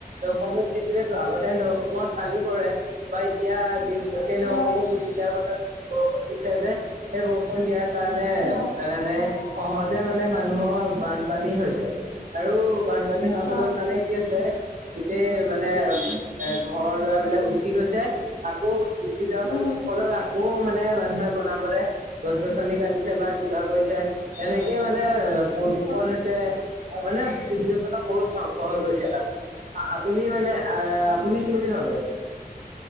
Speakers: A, on the right; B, on the left.
A: সমূহ তেতিয়াতো আগতে নৈসমূহত পানী পৰে, বা এতিয়া যি সেই নৈসমূহ
B: হয়
A: পুতি দিয়াৰ ফলত মানে বৰষুণ দিছে যে, সেই বৰষুণ দিয়াৰ কাৰণে
B: হয়
A: এনে সহজে মানে মানুহৰ বানপানী হৈছে। আৰু বানপানী হোৱাৰ
B: হয়
A: ফলত মানে কি হৈছে গোটেই মানে এ ঘৰ-দুৱাৰবিলাক উটি গৈছে। আকৌ উটি যোৱাৰ ফল-
B: উম
A: ফলত আকৌ মানে মানুহে বনাবলে গছ-গছনি কাটিছে বা কিবা কৰিছে। এনেকেই মানে প্ৰদূষণ
B: হয়
A: হৈছে। মানে পৃথিৱীখনৰ বহুত ধ্বংস হৈ গৈছে। আপুনি মানে অ'- আপুনি কি বুলি ভাবে?